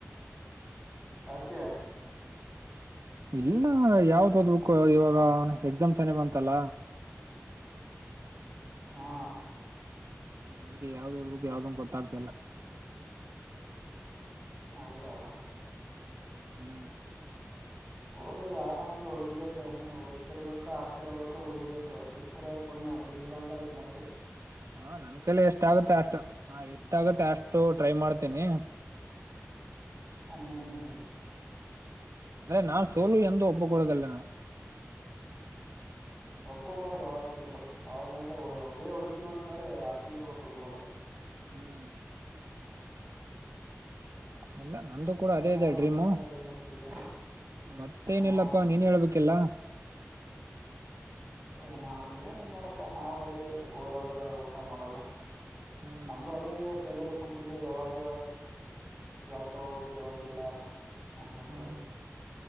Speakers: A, in the centre; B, on the right.
A: ಆಕ
B: ಇಲ್ಲ ಯಾವ್ದದ್ ಬುಕ್ ಇವಾಗ ಎಕ್ಸಾಮ್ ತಾನೆ ಬಂತಲ್ಲ
A: ಹಾ
B: ್ಮ ಅದಕ್ಕೆ ಯಾವ್ದಕ್ು ಯಾವ್ದಂಗ ಗೊತ್ತಾಗ್ತಿ ಇಲ್ಲ
A: ಹೌದಾ
B: ಹ್ಮ್
A: <inaudible> ಹಓದು ಯಾವ್ದೋ ಒಂದು ಹೊಡಿಬೇಕು ಓದತಿರ್ಬೇಕು ಹಾಕ್ತಿರ್ಬೇಕು ಹೊಡಿಬೇಕು ಸಿಕ್ಕರೆ ಪುಣ್ಯ ಸಿ ್ರ ಮತ್ತತ
B: ಹ ನನ್ ಕಲ್ಲ ಎಷ್ಟ ಆಗುತ್ತೆ ಅಷ್ಟು ನಾ ಎಷ್ಟ ಆಗುತ್ತೆ ಅಷ್ಟು ಟ್ರೈ ಮಾಡ್ತೇನಿ ಹ್ಮ
A: ಹ್ಮ್
B: ಅಂದ್ರೆ ನಾನ್ ಸೋಲು ಎಂದ ಒಪ್ಪಕೊಡೋದಲ್ಲ ನಾು
A: ಒಕೋಬಾರ್ದ ಯಾವತ್ತಿದ್ರು ಯಾವಾಗ ಅಂದ್ರ ಒಡ
B: ಹ್ಮ್
A: ಹೊಡ ಹೀವ ಅಂತ ಹೇಳಿ ಆಾಕಂದಿರ್ಬೇಕು ಗೋಲ್ಲ
B: ಹ್ಮ್ ಇಲ್ಲ ನಂದು ಕೂಡ
A: ಮತ್ತೇನೋ
B: ಅದೇ ಇದೆ ಡ್ರೀಮು
A: ಸಮಾಚಾರ ಏನ್ ನಡೀತಿದೆ
B: ಮತ್ತೆೇನಿಲ್ಲಪ್ಪಾ
A: ಹಾ
B: ನೀನ್ ಹೇಳ್ಬೇಕಿಲ್ಲ
A: ಹಾಗ ನಾವವು ಏನ ಇಿಲ್ಲ ನೋಡಪ್ಪಾ ನಾವು ಅದೇ ಓದದ ಊಟ ಮಾಡದು
B: ಹ್ಮ್
A: ನಮ್ಮ ಅದೇ ತಲೆಯಲ್ಲಿ ಕುೂಂತಿದೆ ಯಾವಾಗ ಜಾಬ್ ತಗೋಬೇಕು ಯಾವಾಗಿಲ್ಲ ಅನ್ನಂತ
B: ಹ್ಮ್ ಹ್ಮ್